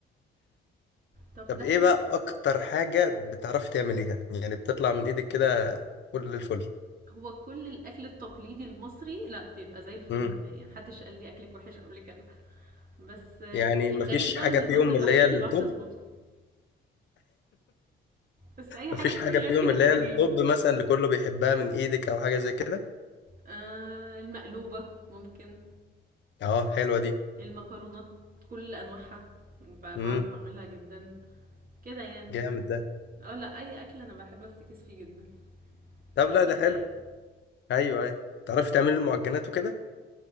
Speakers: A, on the right; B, on the left.
A: طب
B: طب
A: ده
B: ايه
A: حلو.
B: بقى اكتر حاجه بتعرفي تعمليها يعني بتطلع من ايدك كده فل الفل
A: هو كل الأكل التقليدي المصري لأ، بيبقى زي الفل
B: امم
A: معايا، ما حدش قال لي أكلِك وِحِش قبل كده، بس آه،
B: يعني
A: الغريب
B: مفيش
A: بقى
B: حاجه
A: إن الرُز
B: فيهم
A: الوحيد
B: اللي هي التوب
A: اللي ما باعرفش أضبطه، بس أي
B: مفيش
A: حاجة تانية
B: حاجه
A: غير
B: فيهم
A: كده
B: اللي
A: تمام.
B: هي التوب مثلا اللي كله بيحبها من ايدك او حاجه زي كده
A: آه المقلوبة ممكن
B: اه حلوه دي
A: المكرونات كل أنواعها ب-
B: امم
A: بعرف أعملها جدا كده يعني
B: جامد ده
A: اه لا أي أكل أنا بحب أفتكس فيه جدا
B: طب
A: فشاطرة
B: لا ده حلو
A: يعني
B: ايوه ايوه تعرفي تعملي المعجنات وكده